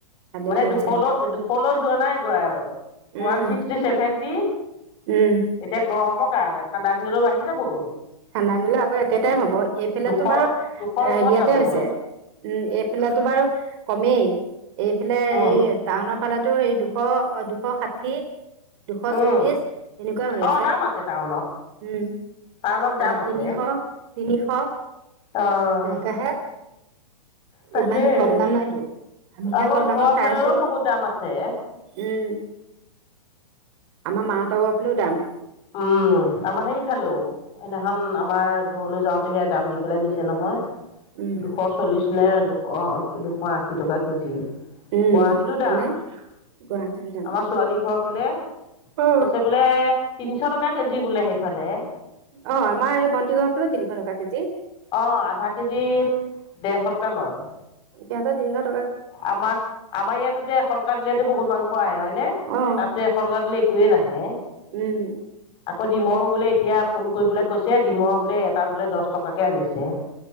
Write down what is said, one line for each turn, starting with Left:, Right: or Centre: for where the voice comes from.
Right: ভালেই
Left: মানে
Right: কৰিছে
Left: দুশলৈ, দুশলৈ যোৱা নাই, <unintelligible>
Right: উম
Left: ওৱান ছিক্সটি, চেভেণ্টি।
Right: উম।
Left: এতিয়া গৰমৰ কাৰণে, ঠাণ্ডা দিনলৈ বাঢ়ি যাবগৈ।
Right: ঠাণ্ডা দিলে আকৌ একেতাই
Left: দুশ
Right: হ'ব এইফেলেতো
Left: দুশ
Right: বাৰু
Left: দুশৰ ওপৰত
Right: হেৰিয়াতে
Left: যাবগৈ
Right: হৈছে। উম, এইফালে বাৰু কমেই, এইফালে
Left: উম
Right: এই টাউনৰ ফালটো সেই দুশ, দুশ ষাঠি দুশ
Left: উম
Right: চল্লিশ এনেকুৱা হৈ
Left: অঁ
Right: আছে
Left: দাম টাউনত
Right: উম।
Left: টাউনত দাম
Right: এ
Left: আছে
Right: তিনিশ, তিনিশ,
Left: অ',
Right: তেনেকা হে।
Left: তাকেই
Right: ইমান কম দাম নাইতো। আমিহে
Left: আমাৰ
Right: কম দামত
Left: ঘৰ
Right: খাই
Left: ফাললেও
Right: আছো
Left: বহুত দাম আছে।
Right: উম, আমাৰ মাহঁতৰ ঘৰ ফালেও দাম।
Left: উম, আমাৰ সেই ফালেও। সেইনাখন আমাৰ ঘৰলৈ যাওঁতে সেয়া দাম দি পেলাই নিছে নহয়।
Right: উম
Left: দুশ চল্লিশ নে, দুশ, দুশ আশী টকা কেজি।
Right: উম,
Left: গুৱাহাটীতো
Right: তেনে
Left: দাম।
Right: গুৱাহাটীতো দাম।
Left: আমাৰ ছোৱালী ঘৰফালে,
Right: অ
Left: কৈছে বোলে, তিনচ টকা কেজি বোলে সেইফালে।
Right: অ', আমাৰ এই ভণ্টি ঘৰফালেও, তিনিশ টকা কেজি।
Left: অ', আধা কেজিত ডেৰশ টকা লয়।
Right: ইয়াতে তিনিশ ট
Left: আমা-আমাৰ ইয়াতো তে এশ টকা দিলে তে বহুত মাংস আহে, হয় নে?
Right: অ
Left: তাতে এশ টকা দিলে একোৱে নাহে।
Right: উম।
Left: আকৌ ডিমৰো বোলে এতিয়া ফোন কৰি বোলে কৈছে ডিমৰ বোলে এটা বোলে দছ টক কাকে আনিছে,